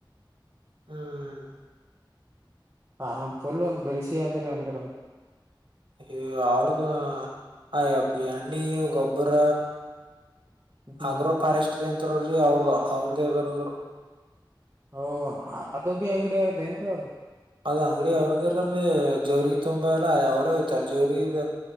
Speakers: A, on the right; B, on the right.
A: ಹ್ಮ್
B: ಹ ಫುಲ್ಲ ಬಿರೆಸಿ ಆದ್ರೆ ಅಂದ್ರ ಅವರು
A: ಹ ಅವ್ರದ ಹಯಪ್ಪ ಎಣ್ಣಿ ಗೊಬ್ಬರ
B: ಹ್ಮ್
A: ಆಗ್ರೋ ಫಾರೆಸ್ಟ್ರಿ ಅಂತಾರ್ರಿ ಅವ್ರದ ಅವ್ರದ ಯದಾರದರು
B: ಹ ಅದು ಬಿ ಅಂಗಡಿ ಆದೆೇಏನ್ರೀ ಅವರ್ಧು
A: ಅದ್ ಅಂಗಡಿ ಅವ್ರಗಲ್ಲಿ ಜವರಿಗೆ ತುಂಬಾ ಎಲ್ಲ ಅವ್ರೇ ಹಯ್ತಾರ ಜೋಗ